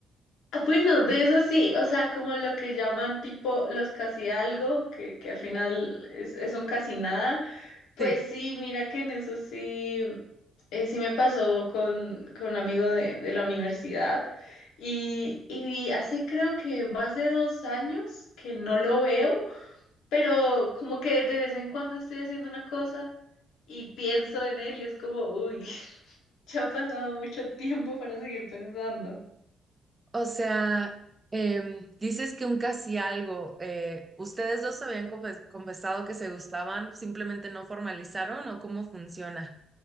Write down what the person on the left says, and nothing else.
Ah, Bueno, de eso sí, o sea, como lo que llaman tipo los casi algo, que, que al final es, es un casi nada, pues
sí, mira que en eso sí, eh, sí me pasó con, con un amigo de, de la universidad y, y hace creo que más de dos años que no lo veo pero como que de vez en cuando estoy haciendo una cosa y pienso en él y es como, uy, <laughs> ya ha pasado mucho tiempo para seguir pensando.